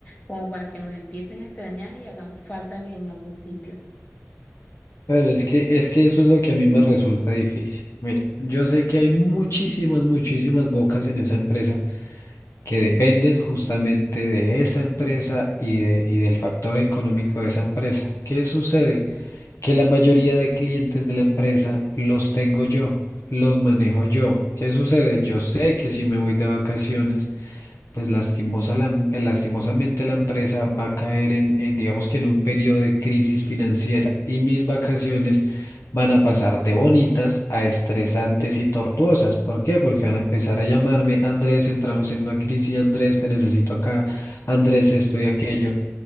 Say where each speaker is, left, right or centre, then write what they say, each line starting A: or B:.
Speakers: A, on the left (about 30°); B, on the left (about 70°).
A: como para que nos empiecen a extrañar y hagamos falta en, en algún sitio.
B: Pero es que, es que eso es lo que a mí me resulta difícil. Mira, yo sé que hay muchísimas, muchísimas bocas en esa empresa que dependen justamente de esa empresa y, de- y del factor económico de esa empresa. ¿Qué sucede? Que la mayoría de clientes de la empresa los tengo yo, los manejo yo. ¿Qué sucede? Yo sé que si me voy de vacaciones, pues lastimosa la em- eh, lastimosamente la empresa va a caer en, en, digamos que en un periodo de crisis financiera y mis vacaciones van a pasar de bonitas a estresantes y tortuosas. ¿Por qué? Porque van a empezar a llamarme, Andrés, entramos en una crisis, Andrés, te necesito acá, Andrés, esto y aquello.